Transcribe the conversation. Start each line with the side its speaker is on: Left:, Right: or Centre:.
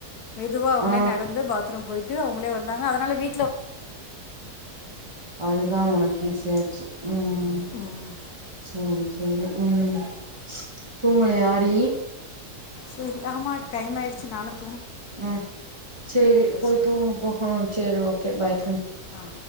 Left: மெதுவா அவங்களே
Right: ஆ
Left: நட ந்து பாத்ரூம் போயிட்டு அவங்களே வந்தாங்க அதனால வீ
Right: அதுதா உனக்கு ஈசி ஆச்சு ம்
Left: ம்
Right: சேரி செரி ம் தூங்கலயாடி?
Left: செரி ஆமா டைம் ஆயிருச்சு நானு
Right: ம் சேரி
Left: பேசுவோம்
Right: போய் தூங்கு போ ஆ சேரி ஓகே பாய் ம்
Left: ஆ